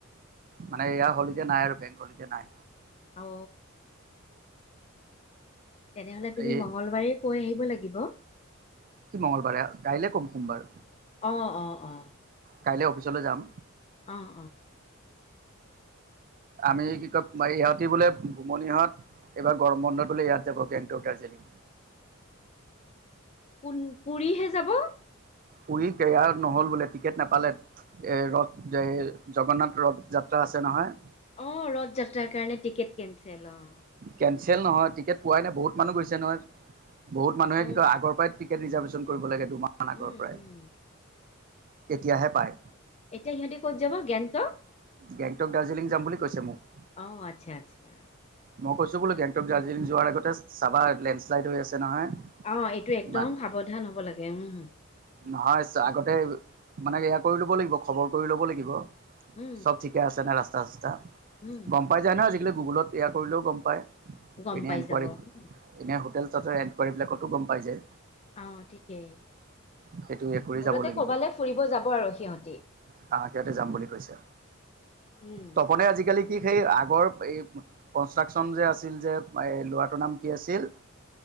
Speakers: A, on the right; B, on the left.
A: মানে ইয়া হলিডে নাই আৰু বেক হলিডে নাই
B: অ ও তেনেহলে তুমি
A: এই
B: মঙগলবাৰে কৈ আহিব লাগিব অ
A: কি মঙংগলবাৰে গাইলে কম সোমবাৰ
B: অ অ অ
A: কাইলৈ অফিচলৈ যাম।
B: অ' অ'
A: আমি কি কম ইহঁতি বোলে ঘুমনিহঁত এইবাৰ গৰম বন্ধ বোলে ইয়াত যাব গেংটক, দাৰ্জিলিং
B: পোন পুৰিহে যাব।
A: পুৰি তৈয়াৰ নহ'ল বোলে, টিকেট নাপালে। এৰ ৰথ জগন্নাথ ৰথ যাত্ৰা আছে নহয়
B: অ' ৰথ যাত্ৰাৰ কাৰণে টিকেট কেনচেল অ'
A: কেনচেল নহয়, টিকেট পোৱাই নাই বহুত মানুহ গৈছে নহয় বহুত মানুহে
B: অ
A: কিন্তু আগৰ পৰাই। টিকট ৰিজাৰ্ভেশচন কৰিব লাগে দুমাহ আগৰ
B: উম
A: পৰাই
B: উম
A: তেতিয়াহে পায়।
B: এতিয়া সিহঁতে ক'ত যাব গেংটক
A: গেংটক, দাৰ্জিলিং যাম বুলি কৈছে মোক।
B: অ' আচ্ছা আচ্ছা।
A: মই কৈছো বোলো গেংটক, দাৰ্জিলিং যোৱাৰ আগতে চাবা লেণ্ডশ্লাইড হৈ আছে নহয়।
B: অ' এইটো একদম
A: ইমান
B: সাৱধান হ'ব লাগে উম।
A: নহয় আগতে মানে এয়া কৰি ল'ব লাগিব খবৰ কৰি ল'ব লাগিব,
B: উম
A: চ'ব ঠিক আছে নে ৰাস্তা চাস্তা
B: উম
A: গ'ম পাই যায় ন আজিকালি গুগলত তৈয়াৰ কৰিলেও গ'ম পায়।
B: গম
A: এনে
B: পাই
A: এনকাৰী
B: যাব উম,
A: এনে হোটেল চেল এনকুৱাৰী বিলাকতো গ'ম পাই যায়
B: অ' ঠিকেই মুঠতে
A: সেইটো এ কৰি যাব লাগিব
B: কবালৈ ফুৰিব যাব আৰু সিহঁতি।
A: তাহাকে ইতে যাম বুলি কৈছে।
B: উম।
A: তপনে আজিকালি কি সেই আগৰ এই কনষ্ট্ৰাকচন যে আছিল যে। মই এই ল'ৰাটোৰ নাম কি আছিল।